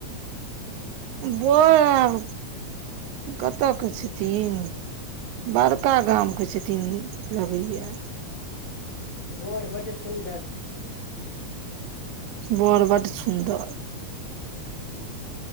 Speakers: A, on the right (about 85°); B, on the left (about 75°).
A: बड़ कतऽ के छथिन्ह। बड़का गामके छथिन्ह लगैये।
B: बड़ बड्ड सुन्दर छथिन्ह।
A: बड़ बड सुन्दर।
B: <inaudible>